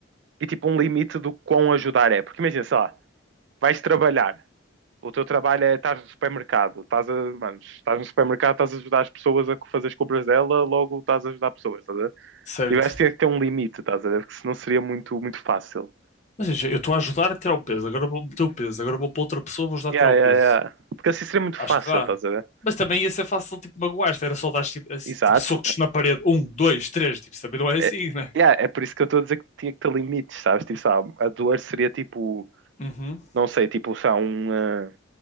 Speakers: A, on the right (about 60°); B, on the left (about 35°).
A: e tipo um limite do quão ajudar é. Porque imagina, sei lá, vais trabalhar, o teu trabalho é estás no supermercado, estás a, mano, estás no supermercado, estás a ajudar as pessoas a fazer as compras dela, logo estás a ajudar pessoas, estás a ver?
B: Certo.
A: Tipo, o gajo tinha que ter um limite, estás a ver? Porque senão seria muito, muito fácil.
B: Mas veja, eu estou a ajudar a tirar o peso, agora vou meter o peso, agora vou para outra pessoa, vou ajudar
A: Yeah,
B: a tirar o
A: yeah,
B: peso.
A: yeah. Porque assim seria muito
B: Acho
A: fácil,
B: que dá.
A: estás a ver?
B: Mas também ia ser fácil, tipo, magoar-te, era só dar, tipo, assim,
A: Exato.
B: tipo, socos na parede, um, dois, três, tipo, isso também não é
A: É,
B: assim, né?
A: yeah, é por isso que eu estou a dizer que tinha que ter limites, sabes? Tipo, sabe, a dor seria tipo,
B: Uhum.
A: não sei, tipo, sei lá, um, ah,